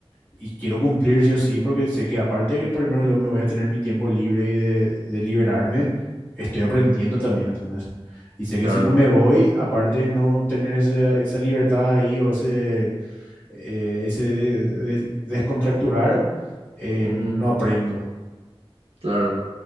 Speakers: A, on the left (about 20°); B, on the right (about 85°).
A: y quiero cumplir sí o sí, porque sé que aparte de que primero luego me voy a tener mi tiempo libre y de, de liberarme, estoy aprendiendo también, ¿entendés? Y sé
B: Claro,
A: que si no me voy, aparte de no tener ese- esa libertad ahí o ese, eh, ese de- de- descontracturar, eh,
B: ujú,
A: no aprendo.
B: claro,